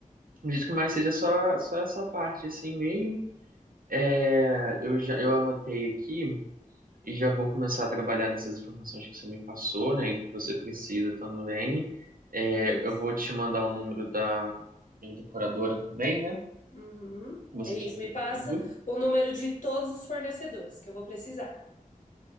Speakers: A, on the right; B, on the left.
A: acredito que mais seja só, só essa parte assim mesmo. É, eu já eu anotei aqui. E já vou começar a trabalhar nessas informações que você me passou, né? E do que você precisa também. É,
B: Isso.
A: eu vou te mandar o número da minha decoradora também, né?
B: Uhum.
A: Que você
B: É isso.
A: tinha pedido.
B: Me passa o número de todos os fornecedores que eu vou precisar.